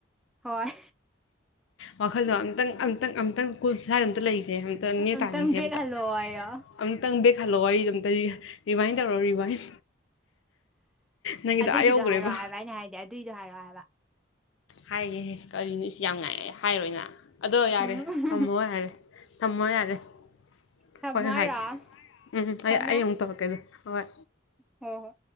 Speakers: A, in the centre; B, on the left.
A: ꯍꯣꯏ
B: ꯋꯥꯈꯜꯗꯣ ꯑꯝꯇꯪꯪ ꯑꯝꯇꯪ ꯑꯝꯇꯪ ꯀꯨꯜ ꯁꯥꯏꯗ ꯑꯝꯇ ꯂꯩꯌꯨꯁꯦ ꯑ ꯅꯦ
A: ꯑꯝꯇꯪ
B: ꯇꯥꯈꯤꯁꯦ
A: ꯕꯦꯛ
B: ꯑꯝꯇ
A: ꯍꯜꯂꯛꯑꯣꯌꯣ
B: ꯑꯝꯇꯪ ꯍꯜꯂꯣ ꯋꯥꯔꯤꯗꯣ ꯑꯝꯇ ꯂꯤꯌꯨ ꯔꯤꯚꯥꯏꯟ ꯇꯧꯔꯣ ꯔꯤꯚꯥꯏꯟ ꯅꯪꯒꯤꯗꯣ
A: ꯑꯗꯨꯒꯤꯗꯣ
B: ꯑꯥ ꯌꯧꯈ꯭ꯔꯦꯕ
A: ꯍꯥꯏꯔꯛꯑꯣ ꯍꯥꯏꯕ ꯑꯩꯅ ꯍꯥꯏꯗꯤ ꯑꯗꯨꯏꯗꯣ ꯍꯥꯏꯔꯛꯑꯣ ꯍꯥꯏꯕ
B: ꯍꯥꯏꯒꯦ ꯀꯔꯤꯅꯣ ꯏꯁ ꯌꯥꯝ ꯉꯥꯏ ꯍꯥꯏꯔꯣꯏꯅ ꯑꯗꯣ ꯌꯥꯔꯦ
A: ꯎꯝ
B: ꯊꯝꯃꯣ ꯌꯥꯔꯦ ꯊꯝꯃꯣ ꯌꯥꯔꯦ <inaudible>
A: ꯊꯝꯃꯣ
B: ꯍꯣꯔꯦꯟ
A: ꯍꯥꯏꯔꯣ
B: ꯍꯥꯏꯒꯦ ꯎꯝ ꯑꯩ
A: ꯊꯝꯃꯦ
B: ꯑꯩ ꯑꯃꯨꯛ ꯇꯧꯔꯛꯀꯦꯗꯣ ꯍꯣꯏ
A: ꯍꯣ ꯍꯣ